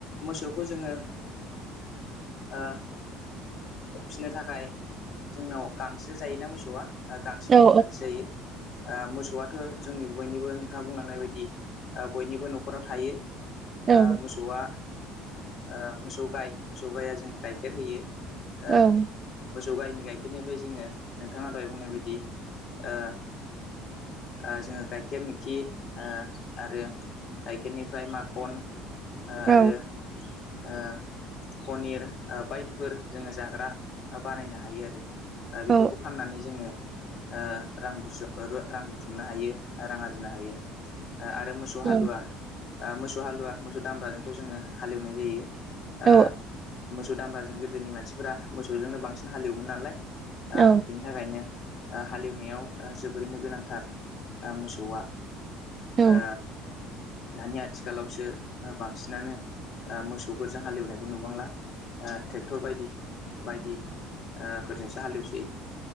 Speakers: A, on the left; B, on the right.
A: मोसौखौ जोङो ओ फिनो थाखाय जोंनाव गांसो जायोना मोसौआ ओ गांसोनि
B: औ
A: गोनांथि जायो। ओ मोसौआथ' जोंनि बयनिबो नोंथाङा बुंलांनाय बायदि ओ बयनिबो न'खराव थायो। ओ
B: औ
A: मोसौआ ओ मोसौ गाय मोसौ गाइआ जोंनो गाइखेर होयो। ओ
B: औ।
A: मोसौ गाइनि गाइखेरनिफ्राय जोङो नोंथाङा दहाय बुंनाय बायदि ओ ओ जोङो गाइखेर मोखि ओ आरो गाइखेरनिफ्राय माखन ओ
B: औ
A: आरो ओ पनिर ओ बायदिफोर जोङो जाग्रा ओ बानायनो हायो आरो। ओ बेफोरखौ
B: औ
A: फाननानै जोङो ओ रां बुसुम र-रां बुथुमनो हायो रां आरजिनो हायो। ओ आरो मोसौ
B: औ
A: हालुवा ओ मोसौ हालुवा मोसौ दामब्राजोंथ' जोङो हाल एवनाय जायो।
B: औ
A: ओ मोसौ दामब्राजों गोदोनि मानसिफोरा मोसौजोंनो बांसिन हाल एवोमोन नालाय ओ
B: औ
A: बिनि थाखायनो ओ हाल एवनायाव ओ जोबोरैनो गोनांथार ओ मोसौआ ओ
B: औ
A: दानि आथिखालावसो ओ बांसिनानो ओ मोसौफोर जों हालेवनायखौ नुबांला ट्रेक्टर बायदि बायदिफोरजोंसो हालेवसोयो।